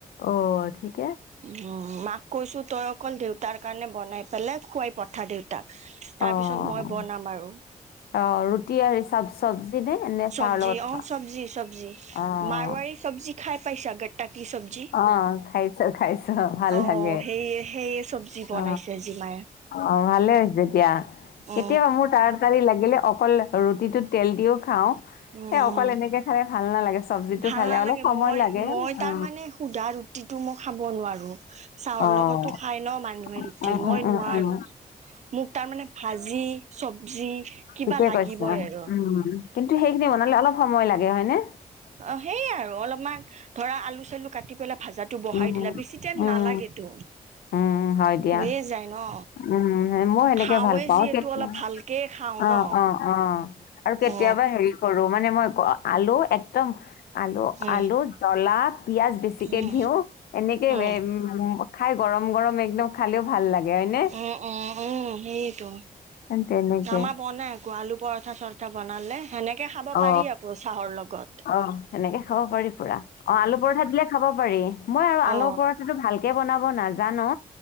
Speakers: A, on the left; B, on the right.
A: অ ঠিক
B: উ মাক কৈছো তই অকল দেউতাৰ কাৰণে বনাই পেলাই খোৱাই পঠা দেউতাক তাৰ
A: অ',
B: পিছত মই বনাম আৰু
A: অ', ৰুটি আৰু চব চবজি নে, নে চাহৰ
B: চবজি
A: লগত খোৱা?
B: অ চবজি চব্জি
A: অ'।
B: মাৰুৱাৰী চব্জি খাই পাইছা গত্তাকি চব্জি
A: অ', খাইছো ভাল
B: অ
A: লাগে
B: সেই সেইয়ে চব্জি বনাইছে
A: অ
B: আজি মায়ে
A: অ ভালে হৈছে দিয়া কেতিয়াবা
B: অ
A: মোৰ তাতাৰি লাগিলে অকল ৰুটিটোত তেল দিও খাওঁ
B: উম
A: এ অকল এনেকে খালে ভাল নালাগে চব্জিটো
B: ভাল
A: খালে
B: নালাগে
A: অলপ সময়
B: মই
A: লাগে
B: মই তাৰ
A: অ
B: মানে সুধা ৰুটিটো মই খাব নোৱাৰো চাহৰ
A: অ'।
B: লগতো খাই ন মানুহে ৰুটি
A: উম,
B: মই
A: উম, উম,
B: নোৱাৰো
A: উম,
B: মোক তাৰ মানে ভাজি চবজি কিবা
A: ঠিকেই
B: লাগিবই
A: কৈছা
B: আৰু।
A: উ কিন্তু সেইখিনি বনালে অলপ সময় লাগে হয় নে
B: অ সেইয়াই আৰু অলপমান ধৰা আলু চালু কাটি পেলাই ভাজাটো বঢ়াই
A: উম,
B: দিলা বেছি টাইম
A: উম,
B: নালাগেতো
A: উম, হয় দিয়া।
B: হৈয়ে যায় ন
A: উম, মইও সেনেকে
B: খাওৱে
A: ভাল পাওঁ
B: যিহেতু
A: কেতিয়া
B: অলপ ভালকে খাওঁ।
A: অ
B: ন।
A: অ অ আৰু কেতিয়াবা
B: অ
A: হেৰি কৰো মানে মই ক আলু একদম আলু
B: উম
A: আলু জ্বলা পিয়াজ বেছিকে
B: উম
A: দি দিও এনেকে
B: উম
A: উ খাই গৰম গৰম একদম খালেও ভাল লাগে- যেনে
B: উম উম উম সেইয়েটো
A: তেনেকে
B: আমাৰ বনাই আকৌ আলু পৰঠা চৰঠা বনালে। সেনেকে খাব
A: অ
B: পাৰি আকৌ চাহৰ লগত।
A: অ তেনেকে খাব পাৰি পুৰা অ আলু পৰঠা দিলে খাব পাৰি মই আৰু আলু
B: অ
A: পৰঠাটো ভালকে বনাব নাজানো।